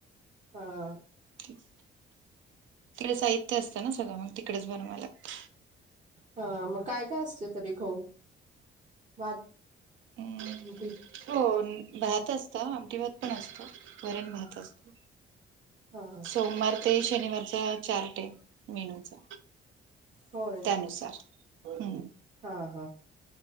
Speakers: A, on the right; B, on the right.
A: हां.
B: तिकडे साहित्य असतं ना सगळं मग तिकडेच बनवाय लागत.
A: हा मग काय काय असतय तरी खाऊ? भात,
B: हम्म.
A: आमटि
B: हो भात असत आमटी भात पण असत, वरण भात असत.
A: हा हा
B: सोमवार ते शनिवारच्या चार टाइम मेनुचा
A: होय
B: त्यानुसार हम्
A: हा हा.